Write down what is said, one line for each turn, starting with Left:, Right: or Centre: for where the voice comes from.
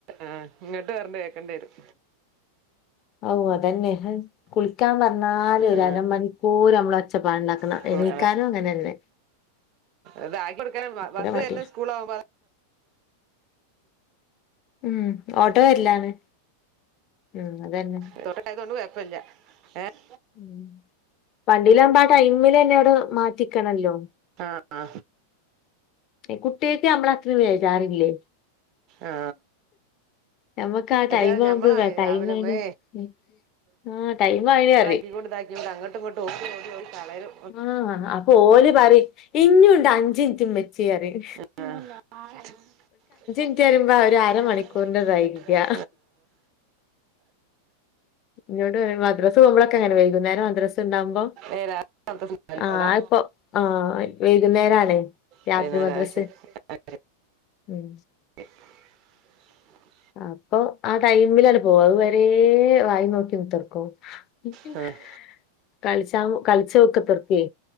Right: ആഹ് ഇങ്ങോട്ട് പറഞ്ഞ് കേക്കേണ്ടി വരും
Left: ഔ അതന്നെ അഹ് കുളിക്കാൻ പറ ന്നാലും
Right: ആ
Left: ഒരു അര മണിക്കൂർ നമ്മള ഒച്ചപ്പാടുണ്ടാക്കണം
Right: സ്കൂ-
Left: എണീക്കാനും അങ്ങനെന്നെ
Right: ഇത് ആക്കി കൊടുക്കാന
Left: ഭയങ്കര
Right: ബസ്
Left: മടിയാ
Right: വരുന്ന സ്കൂൾ ആവുമ്പോ
Left: ഉം ഓട്ടോ വര്ല്ലാന്ന് ഉം അതന്നെ
Right: ഇതോട്ട ണ്ടായതൊണ്ട് കെഴപ്പല്ല്യ ഏഹ്
Left: ഉം വണ്ടിലാഉമ്പോ അ ടൈമിലെന്നെ അവിടെ മാറ്റിക്കണല്ലോ
Right: ആ ആ,
Left: എഹ് കുട്ട്യേക്ക് നമ്മളത്രി വേജാറില്ലേ
Right: ആ
Left: ഞമ്മക്ക് ആ
Right: വെച്ചാൽ
Left: ടൈം ആവുമ്പ
Right: ഞമ്മളാണ്
Left: ടൈമേനു
Right: രാവിലെ മേ
Left: ഉം ആ ടൈം ആയാ അരറിം
Right: <unintelligible> താക്കി ടെ അങ്ങട്ടും ഇങ്ങട്ടും ഓടി ഓടി തളരും
Left: ആഹ് അപ്പൊ ഓൽ പറിം ഇഞ്ഞുംണ്ട് അഞ്ച് മിൻറ്റ് ഇമ്മചേ അറിം
Right: ആഹ് <unintelligible> ഓല്ക് അഞ്ചിൻറ്റ്
Left: മിനിറ്റ് പറയുമ്പോ
Right: വരുമ്പോ
Left: അരമണിക്കൂറിന്റെതായിരിക്ക
Right: ഒരു അരമണിക്കൂറിതായി
Left: ഇന്നോടറിം മദ്രസ് പോവുമ്പളൊക്കെ ങ്ങനെ വൈകുന്നേരം മദ്രസ് ണ്ടാവുമ്പോ
Right: ഏ രാവിലെ അവിടുത്തെ സ്ഥലം
Left: ആഹ്
Right: എവിടാ?
Left: ഇപ്പോ ആഹ് വൈകുന്നേരാണ് രാത്രി
Right: വൈകുന്നേരം
Left: മദ്രസ്
Right: ആ ശരി ആ
Left: ഉം
Right: <inaudible>
Left: അപ്പൊ ആ ടൈമിലട് പോവു അഹ് വരെ വായി നോക്കിത്ർക്കും <unintelligible>
Right: ശരി.
Left: കളിച്ചം കളിച്ചോക്ത്ർക്കേ